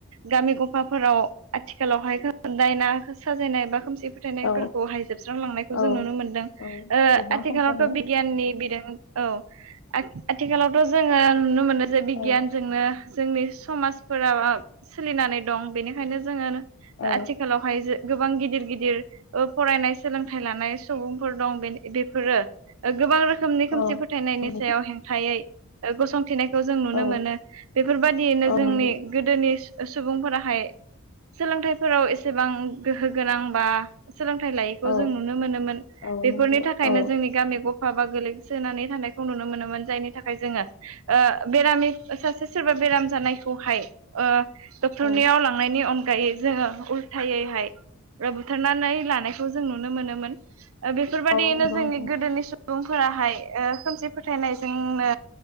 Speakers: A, on the right; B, on the left.
A: गामि गफाफोराव आथिखालावहाय दायनाखो साजायनाय बा खोमसि फोथायनायफोरखौहाय
B: औ
A: जोबस्रांलांनायखौ जों
B: औ
A: नुनो मोनदों
B: औ
A: ओ
B: गोबां
A: आथिखालावथ'
B: खम जाबाय
A: बिगियाननि बिद औ आथिखालावथ' जोङो नुनो मोनो जे बिगियानजोंनो
B: औ
A: जोंनि समाजफोरा सोलिनानै दं बेनिखायनो जोङो
B: औ
A: आथिखालावहाय गोबां गिदिर गिदिर फरायनाय सोलोंथाइ लानाय सुबुंफोर दं बेफोरो गोबां रोखोम खोमनै खोमसि
B: औ
A: फोथायनायनि
B: नंगौ
A: सायाव हेंथायै गसं थिनायखौ जों नुनो
B: औ
A: मोनो बेफोरबायदियैनो
B: औ
A: जोंनि
B: नंगौ
A: गोदोनि सुबुंफोराहाय सोलोंथाइफोराव एसेबां गोहो गोनां बा सोलोंथाइ लायैखौ
B: औ
A: जों नुनो मोनोमोन
B: औ
A: बेफोरनि
B: नंगौ
A: थाखायनो
B: औ
A: जोंनि गामि ग बा गोलैसोनानै थानायखौ नुनो मोनोमोन जायनि थाखाय जोङो ओ बेरामि सासे सोरबा बेराम जानायखौहाय ओ डक्टरनियाव
B: औ
A: लांनायनि अनगायै जोङो उल्थायैहाय बुथारनानै लानायखौ जों नुनो मोनोमोन। बेफोरबादियैनो
B: औ नंगौ
A: जोंनि
B: नोंथां
A: गोदोनि सुबुंफोराहाय ओ खोमसि फोथायनायजोंनो